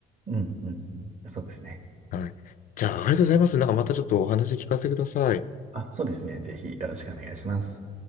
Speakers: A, on the right; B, on the left.
A: うん、うん。うんそうですね。
B: はい。じゃあ、ありがとうございます。なんかまたちょっとお話聞かせてください。
A: あ、そうですね。ぜひよろしくお願いします。